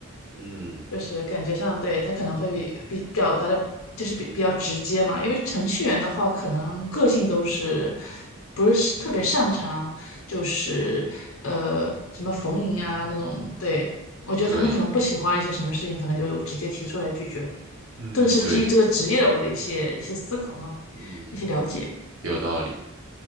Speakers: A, on the right (about 65°); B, on the left (about 75°).
A: 嗯，
B: 就是感觉上对他可能会比比表达的，就是比比较直接嘛。因为程序员的话，可能个性都是不是特别擅长，就是呃什么逢迎啊那种。对，我觉得他们可能不喜欢一些什么事情，
A: 对，
B: 可能就直接提出来拒绝了。
A: 嗯，
B: 这个是基于这个职业的我的一些一些思考啊，
A: 对，嗯，
B: 一些了解。
A: 有道理。